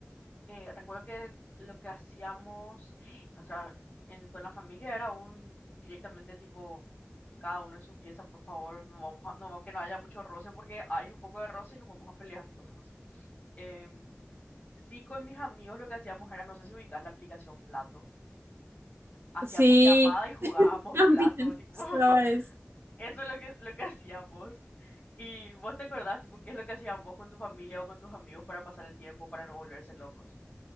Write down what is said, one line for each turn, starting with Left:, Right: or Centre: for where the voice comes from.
Left: Eh, recuerdo que lo que hacíamos <gasps> nuestra, en- con la familia era un directamente tipo, cada uno en su pieza, por favor, no vamos a, no, que no haya mucho roce porque hay un poco de roce y nos vamos a pelear todos. <laughs> Em, sí, con mis amigos lo que hacíamos era, no sé si ubicás la aplicación Plato. hacíamos
Right: Sí.
Left: llamada y jugábamos
Right: <laughs> A
Left: plato,
Right: mí me
Left: tipo,
Right: pasaba
Left: <laughs>
Right: eso.
Left: eso es lo que, lo que hacíamos. ¿Y vos te acordás, tipo, qué es lo que hacían vos con tu familia o con tus amigos para pasar el tiempo, para no volverse locos?